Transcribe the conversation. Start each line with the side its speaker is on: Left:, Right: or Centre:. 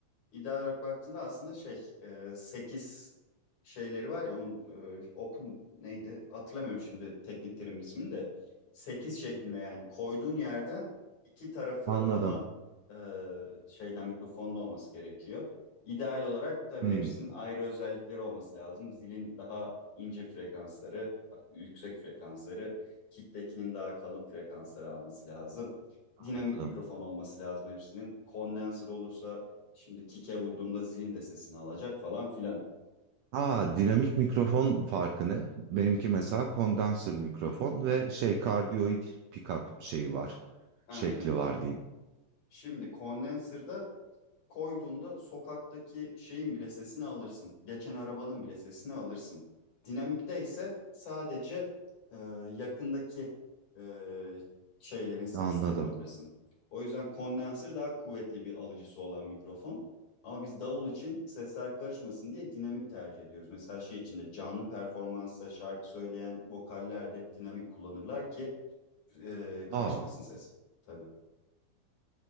Left: İdeal olarak baktığında aslında şey e, 8 şeyleri var ya onun e, open neydi hatırlamıyorum şimdi teknik terimin ismini de 8 şeklinde
Right: Hı hı.
Left: yani koyduğun yerden iki tarafı
Right: anladım.
Left: alan e, şeyden mikrofonda olması gerekiyor. İdeal olarak tabii
Right: Hı,
Left: hepsinin ayrı özellikleri olması lazım. Zilin daha ince frekansları, yüksek frekansları, kicktekinin daha kalın frekansları alması lazım.
Right: anladım.
Left: Dinamik mikrofon olması lazım hepsinin. Kondenser olursa Şimdi kike vurduğunda zilin de sesini alacak falan filan.
Right: Aa dinamik mikrofon farkı ne? Benimki mesela kondansör mikrofon ve şey kardiyoid pickup şeyi var.
Left: Aynen.
Right: Şekli var diyeyim.
Left: Şimdi condenser'da koyduğunda sokaktaki şeyin bile sesini alırsın. Geçen arabanın bile sesini alırsın. Dinamikte ise sadece e, yakındaki e, şeylerin seslerini
Right: Anladım.
Left: alırsın. O yüzden condenser daha kuvvetli bir alıcısı olan mikrofon. Ama biz davul için sesler karışmasın diye dinamik tercih ediyoruz. Mesela şey içinde canlı performansta şarkı söyleyen vokaller de hep dinamik kullanırlar ki e, karışmasın
Right: Aa
Left: ses. Tabii.